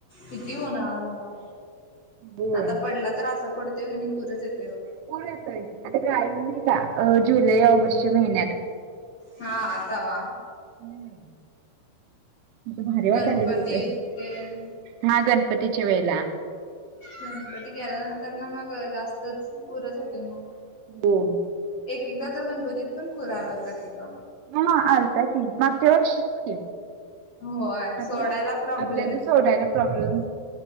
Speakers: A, on the left (about 55°); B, on the right (about 80°).
A: किती उन्हाळा झाला.
B: होय.
A: आता पडला तर असा पडतोय कणी पुरच येत
B: पूर येतय, आता कायम नाही का जुलै ऑगस्टच्या महिन्यात.
A: हा तावा.
B: हम्म. भारी वाटलेत
A: गणपती
B: ईथ.
A: तेन
B: हा गणपतीच्या वेळेत.
A: गणपती गेल्यानंतर ना मग जास्तच पुरच येतोय मग.
B: <unintelligible>
A: एक एकदा तर गणपतीत पण पुर आला होता तेका.
B: ह आलता की मागच्या वर्षीच की.
A: होय सोडायला
B: आठोला
A: प्रॉब्लेम
B: आपल्याला सोडायला प्रॉब्लेम